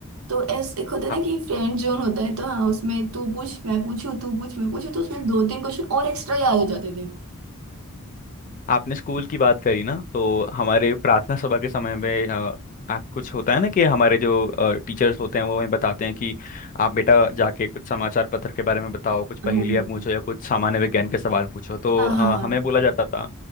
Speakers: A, on the right; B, on the left.
A: तो ऐसे एक होता है
B: आप
A: ना कि फ्रेंड जोन होता है तो हाँ उसमें तू पूछ मैं पूछू तू पूछ मैं पूछू तो उसमें दो तीन क्वेश्चन और एक्स्ट्रा याद हो जाते थे
B: आपने स्कूल की बात करी ना तो हमारे प्रार्थना सभा के समय में अ, आ, कुछ होता है ना कि हमारे जो टीचर्स होते हैं वो हमें बताते हैं कि आप बेटा जाके कुछ समाचार पत्र के बारे में बताओ कुछ
A: हाँ
B: पहेलियाँ पूछो या कुछ सामान्य विज्ञान के सवाल पूछो तो
A: हाँ
B: अ,
A: हाँ हाँ हाँ
B: हमें बोला जाता था